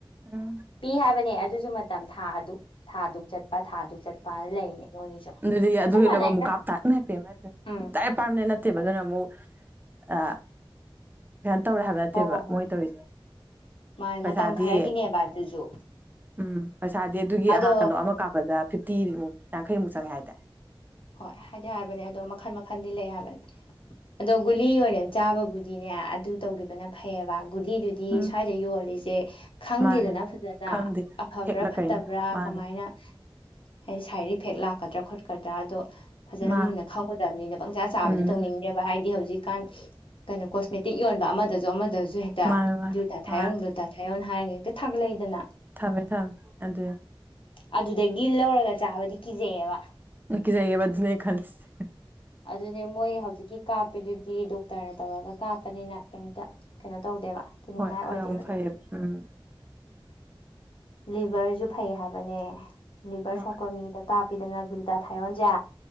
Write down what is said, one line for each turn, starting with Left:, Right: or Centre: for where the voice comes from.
Right: ꯎꯝ
Left: ꯄꯤ ꯍꯥꯏꯕꯅꯦ ꯑꯗꯨꯁꯨ ꯃꯇꯝ ꯊꯥ ꯑꯗꯨ ꯊꯥ ꯑꯗꯨ ꯆꯠꯄ ꯊꯥꯗꯨꯛ ꯆꯠꯄꯅ ꯂꯩꯅꯦ ꯃꯣꯏꯒꯤꯁꯨ
Right: ꯎ ꯑꯗꯨꯨꯏ
Left: ꯆꯞ ꯃꯥꯟꯅꯩꯗ
Right: ꯂ ꯃꯨ ꯀꯥ ꯇ ꯄ
Left: ꯎꯝ
Right: ꯇ ꯄ ꯠꯇꯦꯕ ꯑꯗꯨꯅ ꯑꯃꯨꯛ ꯑ ꯀꯩꯩꯅꯣ ꯇꯧꯔꯦ ꯍꯥꯏꯕ ꯅꯠꯇꯦꯕ
Left: ꯍꯣꯏ ꯍꯣꯏ ꯍꯣꯏ
Right: ꯃꯣꯏ ꯇꯧꯔꯤꯁꯦ
Left: ꯃꯥꯅꯦ
Right: ꯄꯩꯁꯥꯗꯤ
Left: ꯃꯇꯝ ꯈꯔꯒꯤꯅꯦꯕ ꯑꯗꯨꯁꯨ
Right: ꯎꯝ ꯄꯩꯁꯥꯗꯤ ꯑꯗꯨꯒꯤ
Left: ꯑꯗꯣ
Right: ꯑꯍꯥ ꯀꯩꯅꯣ ꯑꯃ ꯀꯥꯞꯄꯗꯤ ꯃꯨꯛ ꯌꯥꯡꯈꯩꯃꯨꯛ ꯆꯪꯉꯦ ꯍꯥꯏꯇꯥꯔꯦ
Left: ꯍꯣꯏ ꯍꯥꯏꯗꯤ ꯍꯥꯏꯕꯅꯤ ꯑꯗꯣ ꯃꯈꯜ ꯃꯈꯟꯗꯤ ꯂꯩ ꯍꯥꯏꯕꯅꯦ ꯑꯗꯣ ꯒꯨꯂꯤ ꯑꯣꯏꯅ ꯆꯥꯕꯕꯨꯗꯤ ꯑꯗꯨꯅꯦ ꯑꯗꯨ ꯇꯧꯈꯤꯕꯅ ꯐꯩꯌꯦꯕ ꯒꯨꯂꯤꯗꯨꯗꯤ
Right: ꯎꯝ
Left: ꯁ꯭ꯋꯥꯏꯗ ꯌꯣꯜꯂꯤꯁꯦ ꯈꯪꯗꯦꯗꯅ
Right: ꯃꯥꯅꯦ
Left: ꯐꯖꯅ
Right: ꯈꯪꯗꯦ
Left: ꯑꯐ
Right: ꯐꯦꯛꯂ
Left: ꯐꯠꯇꯕ꯭ꯔꯥ ꯐꯠꯇꯕ꯭ꯔꯥ
Right: ꯀꯩꯅꯣ ꯃꯥꯅꯤ
Left: ꯀꯃꯥꯏꯅ ꯍꯥꯏꯗꯤ ꯁꯥꯏꯠ ꯏꯐꯦꯛ ꯂꯥꯛꯀꯗ꯭ꯔꯥ ꯈꯣꯠꯀꯗ꯭ꯔꯥ ꯑꯗꯣ ꯐꯖꯅ
Right: ꯃꯥꯅꯦ
Left: ꯃꯨꯟꯅ ꯈꯪꯒꯗꯕꯅꯤꯅ ꯄꯪꯆꯥ ꯆꯥꯕꯗꯤ
Right: ꯎꯝ
Left: ꯇꯧꯅꯤꯡꯗꯦꯕ ꯍꯥꯏꯗꯤ ꯍꯧꯖꯤꯛ ꯀꯥꯟ ꯀꯩꯅꯣ ꯀꯣꯁꯃꯦꯇꯤꯛ ꯌꯣꯟꯕ ꯑꯃꯗꯁꯨ ꯑꯃꯗ ꯑꯗꯨꯨ ꯍꯦꯛꯇ
Right: ꯃꯥꯅꯦ ꯃꯥꯅꯦ
Left: ꯒ꯭ꯂꯨꯇꯥꯥ ꯊꯥꯏꯌꯣ
Right: ꯃꯥꯅꯦ
Left: ꯒ꯭ꯂꯨꯇꯥ ꯊꯥꯏꯌꯣꯅ ꯍꯥꯏꯔꯒ ꯍꯦꯛꯇ ꯊꯒꯠꯛꯏꯗꯅ
Right: ꯊꯝꯃꯦ ꯊꯝꯃꯦ ꯑꯗꯨ
Left: ꯑꯗꯨꯗꯒꯤ ꯂꯧꯔꯒ ꯆꯥꯕꯗꯤ ꯀꯤꯖꯩꯑꯕ
Right: ꯀꯤꯖꯩꯌꯦꯕ ꯑꯗꯨꯅꯦ ꯑꯩ ꯈꯜꯂꯤꯁꯦ
Left: ꯑꯗꯨꯅꯦ ꯃꯣꯏ ꯍꯧꯖꯤꯛꯀꯤ ꯀꯥꯞꯄꯤꯗꯨꯗꯤ ꯗꯣꯛꯇꯔꯅ ꯇꯧꯔꯒ ꯀꯥꯞꯄꯅꯤꯅ ꯀꯩꯝꯇ ꯀꯩꯅꯣ ꯇꯧꯗꯦꯕ ꯀꯤꯅꯤꯡꯉꯥꯏ
Right: ꯍꯣꯏ ꯈꯔ
Left: ꯑꯣꯏꯗꯦꯕ
Right: ꯑꯃꯨꯛ
Left: ꯑꯗꯨꯗꯤ
Right: ꯐꯩꯌꯦꯕ ꯎꯝ
Left: ꯂꯤꯚꯔꯁꯨ ꯐꯩ ꯍꯥꯏꯕꯅꯦ ꯂꯤꯚꯔ
Right: ꯍꯣꯏ
Left: ꯁꯣꯛꯄ ꯃꯤꯗ ꯀꯥꯞꯄꯤꯗꯅ ꯒ꯭ꯂꯨꯇꯥ ꯊꯥꯏꯌꯣꯟꯁꯦ